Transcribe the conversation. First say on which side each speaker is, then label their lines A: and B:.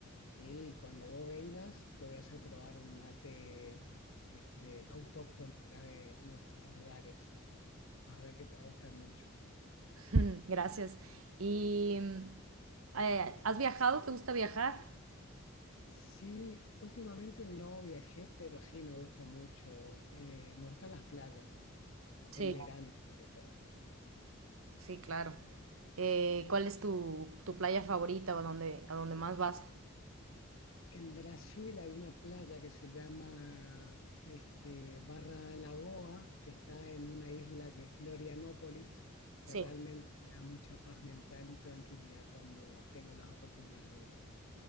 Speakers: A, on the left; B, on the right.
A: Sí, cuando vos vengas te voy a hacer probar un mate este, autóctono acá de nuestros lugares. Vas a ver que te va a gustar mucho.
B: <laughs> Gracias. ¿Y mm, eh, has viajado? ¿Te gusta viajar?
A: Sí, últimamente no viajé, pero sí me gusta mucho. eh, me gustan las playas,
B: Sí.
A: en verano sobre todo.
B: Sí, claro. Eh, ¿cuál es tu, tu playa favorita o a dónde, a dónde más vas?
A: En Brasil hay una playa que se llama este, Barra da Lagoa, que está en una isla que es Florianópolis, que
B: Sí.
A: realmente me da mucha paz mental y tranquilidad cuando tengo las oportunidades de ir.